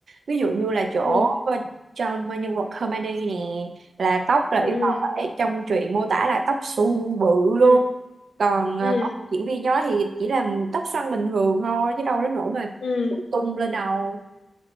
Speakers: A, on the right; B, on the left.
A: Ví dụ như là chỗ
B: Ừ.
A: ờ, trong nhân vật Hermione nè là tóc là
B: Ừ.
A: yêu
B: Ừ.
A: cầu phải trong truyện mô tả là tóc xù bự
B: Ừ.
A: luôn. Còn
B: Ừ.
A: ờ, tóc diễn viên đó thì chỉ là tóc xoăn bình thường thôi chứ đâu đến nỗi mà
B: ừ.
A: tung lên đầu.